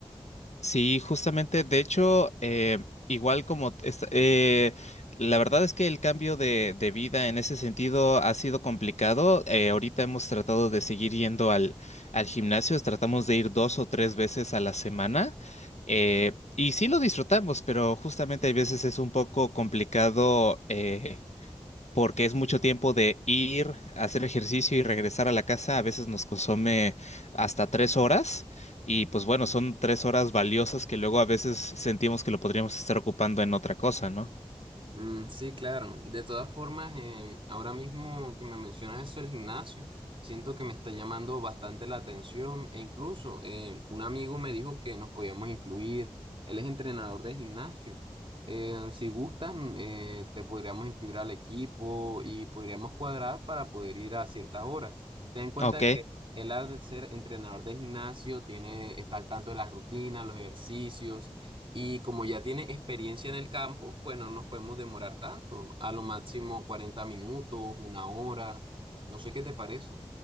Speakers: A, on the left; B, on the right.
A: Sí, justamente, de hecho, eh, igual como, es- eh, la verdad es que el cambio de, de vida en ese sentido ha sido complicado. Eh, ahorita hemos tratado de seguir yendo al, al gimnasio, tratamos de ir dos o tres veces a la semana eh, y sí lo disfrutamos, pero justamente hay veces es un poco complicado. eh, porque es mucho tiempo de ir, hacer ejercicio y regresar a la casa. A veces nos consume hasta tres horas y pues bueno, son tres horas valiosas que luego a veces sentimos que lo podríamos estar ocupando en otra cosa, ¿no?
B: Mm, sí, claro. De todas formas, em, ahora mismo que me mencionas eso del gimnasio, siento que me está llamando bastante la atención e incluso em, un amigo me dijo que nos podíamos incluir. Él es entrenador de gimnasio. Eh, si gustan, eh, te podríamos incluir al equipo y podríamos cuadrar para poder ir a ciertas horas. Ten en cuenta
A: Ok.
B: que él al ser entrenador de gimnasio tiene, está al tanto de las rutinas, los ejercicios y como ya tiene experiencia en el campo, pues no nos podemos demorar tanto, a lo máximo 40 minutos, una hora, no sé qué te parece.